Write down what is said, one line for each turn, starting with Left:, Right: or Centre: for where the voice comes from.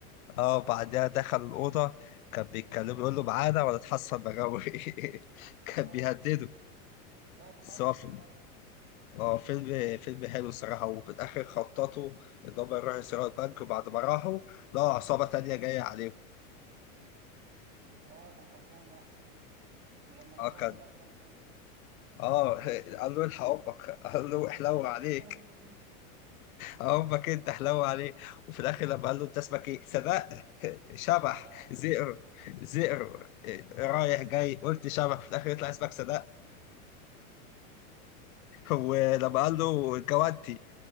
Left: اه بعدها دخل الاوضه كان بيتكلم يقول له معانا ولا تحصل بغاوي <laughs> كان
Right: اه
Left: بيهدده
Right: لا تحصل
Left: بس هو فيلم
Right: مجاوب
Left: اه فيلم فيلم حلو الصراحه وفي الاخر خططوا ان هم يروحوا يسرقوا البنك وبعد ما راحوا لقوا عصابه تانيه جايه عليهم
Right: اه كان حظهم نحس جدا ولما لقى
Left: اه
Right: امه
Left: كان
Right: داخله البنك
Left: اه <laughs> قال له الحق امك قال له احلو
Right: امك
Left: عليه
Right: <laughs> امك
Left: امك انت حلوة عليه وفي الاخر لما قال له انت اسمك ايه سبق <laughs> شبح
Right: اه
Left: زئر زئر إيه، رايح جاي قلت شبح في الاخر يطلع اسمك سبق ولما
Right: اه ولما
Left: قال له جوانتي